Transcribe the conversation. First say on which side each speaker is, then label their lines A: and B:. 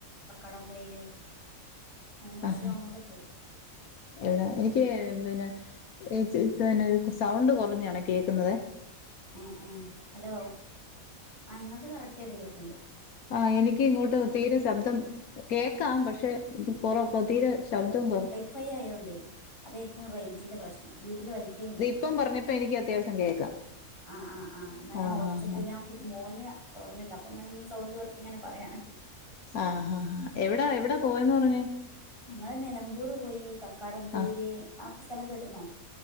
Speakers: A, on the left; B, on the left.
A: കക്കാടംപൊയിര് അങ്ങനെ കൊർച്ച്
B: ആഹ്
A: ലോങ്ങൊക്കെ പോയ്
B: എവിടെ എനിക്ക് പിന്നെ എ സ് സെ നെ ക്ക് സൗണ്ട് കൊറഞ്ഞാണേ കേക്കുന്നതെ
A: മ് മ് ഹലോ ആ ഇങ്ങൾത് കറക്റ്റായിട്ട് കേക്ക് ണ്ട്
B: ആ എനിക്ക് ഇങ്ങോട്ട് തീരെ ശബ്ദം കേക്കാം പക്ഷെ ത് കൊറ പ്പൊ തീരെ ശബ്ദം കൊർ
A: ഫൈ യായോണ്ടേ അതേയിര്ക്കും റേയ്ഞ്ചിന്റെ പ്രശ്നം വീട്ടിൽ വൈഫൈ ണ്ട്
B: പ്പം പറഞ്ഞപ്പ എനിക്ക് അത്യാവശ്യം കേക്കാം
A: ആ ആ ആ ന്നാ ഞാൻ
B: ആഹ്
A: ഒച്ചത്തില
B: ആഹ്
A: മോന് ഉർങ്‌ണ്ട് അപ്പം ങ്ങനൊന്ന് സൗണ്ട് കൊർച്ച് ങ്ങനെ പറയാണേ
B: ആ ഹാ ഹാ എവിടാ എവിടാ പോയന്ന് പറഞ്ഞെ
A: ഞങ്ങള് നിലമ്പൂർ പോയി കക്കാടം പോയില്
B: ആഹ്
A: ആ സ്ഥലം കേട്ട് നോ